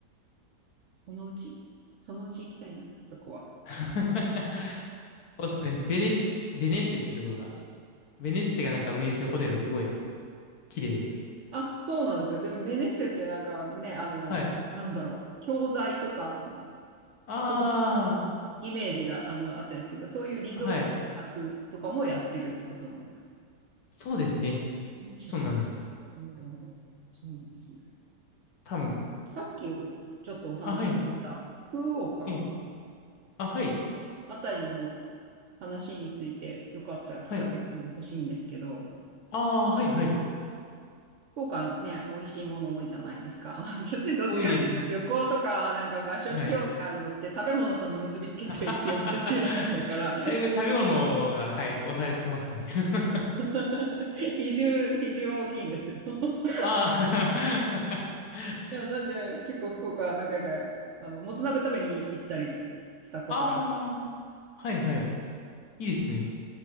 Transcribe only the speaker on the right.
そのうち、そのうち行きたいな、そこは。
あ、そうなんですか。でも、ベネッセってなんかね、あの、
なんだろう、教材とか、
子供イメージが、あの、あったんですけど、そういうリゾート開発とかもやってるってことなんですか
ね、知らなかっ
た。うんうんうんそうなんですね。
さっきをちょっとお話しした福岡
あたりの話についてよかったら聞かせても欲しいんですけど、
福岡ね、美味しいもの多いじゃないですか。<laughs> 私どっちかっていうと旅行とかなんか場所に興味があるのって食べ物と結びつけて記憶してるもんだから、
<laughs> 比重、比重大きいんですよ。<laughs>
いや、なんで結構福岡何回かあの、もつ鍋食べに行ったりしたことがあ